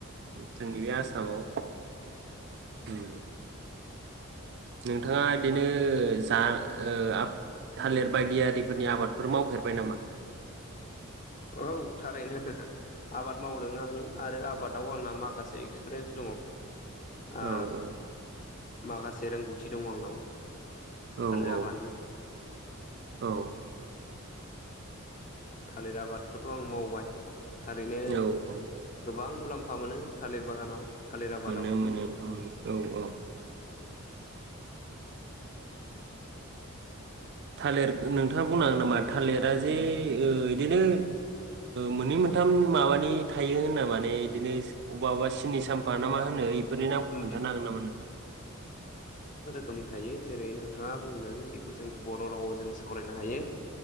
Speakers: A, on the right; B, on the left.
A: जोंनि बे आसामाव। उम नोंथाङा ओ जा ओ थालिर बायदि आरारिफोरनि आबादफोर मावफेरबाय नामा?
B: औ थारैनो आबाद मावदों आं आरो आबादाव आंना माखासे एक्सपिरियेन्स दङ'। आ
A: औ औ
B: माखासे रोंगौथि दङ' आंनाव
A: औ
B: थालिर
A: औ
B: आबादनि।
A: औ
B: थालिर आबादखौथ' आं मावबाय। थारैनो
A: औ औ
B: गोबां मुलाम्फा मोनो थालिर बागानाव, थालिर आबादाव
A: मोनो मोनो नोंथां औ औ। थालिर नोंथाङा बुंनो हागोन नामा? थालिरा जे ओ इदिनो मोननै मोनथाम माबानि थायो होनना माने इदिनो एसे अबा अबा सिनि साम्फा ना मा होनो बेफोरनि
B: रोखोमनि
A: नामखौ खोन्थानो हागोन नामा नोंथाङा?
B: मनि थायो जेरै नोंथाङा बुंदों बेखौ जोंनि बर' राव जों सावराय नो हायो।